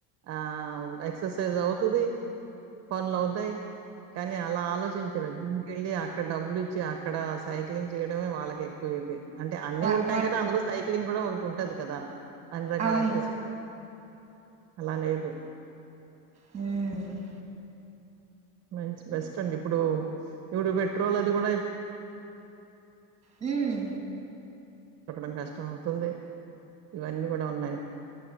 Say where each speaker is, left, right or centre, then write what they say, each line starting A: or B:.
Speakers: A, on the right; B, on the right.
A: ఆ ఎక్సర్సైజ అవుతుంది పన్ లోవుతాయి కానీ అలా ఆలోచించడం దీకెళ్ళి అ అక్కడ డబ్బులు ఇచ్చి అక్కడ సైక్లింగ్ చేయడమే వాళ్ళకి ఎక్కువ ఇది అంటే అన్ని
B: వా
A: ఉంటాయి
B: వాళ్
A: కదా అందులో సైక్లింగ్ ఇ ఒకటి ఉంటది కదా అన్ని రకాల
B: అవును
A: ఎక్సర్సైస్ అలానే
B: ఉమ్
A: మంచి బెస్ట్ అండి ఇప్పుడు ఇప్పుడు పెట్రోల్ అది కూడా
B: మ్మ్
A: దొరకడం కష్టం అవుతుంది ఇవన్నీ కూడా ఉన్నాయి